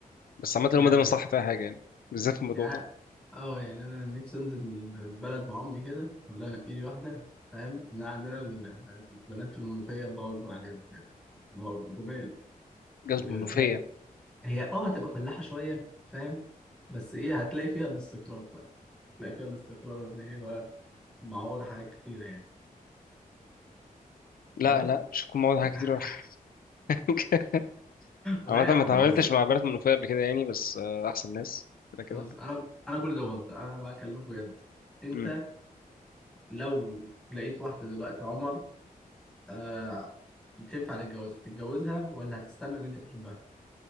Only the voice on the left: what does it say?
بس عامة
هما دايما صح فيها حاجة يعني بالذات في الموضوع
ده
جواز
منوفية
لا
لا مش هكون معاهم حاجة
كتير ولا حاجة <laughs>
عامة
ما اتعاملتش
مع بنات منوفية قبل كده يعني بس آه، أحسن ناس كده كده
مم.